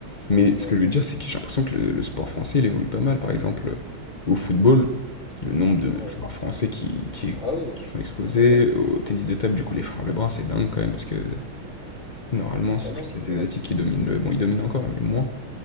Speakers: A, on the left; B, on the left.
A: Mais
B: Ouais,
A: ce que je veux
B: et
A: dire,
B: de-
A: c'est que j'ai l'impression que le, le sport français, il évolue pas mal. Par exemple, euh, au football, le nombre de
B: ouais.
A: joueurs français qui, qui,
B: Ah oui, oui.
A: qui sont exposés.
B: Ouais,
A: Au tennis de table, du coup, les frères Lebrun, c'est dingue quand même, parce que normalement, c'est
B: Ouais, non,
A: plus
B: c'est
A: les
B: vrai.
A: Asiatiques qui dominent le... Bon, ils dominent encore, mais moins.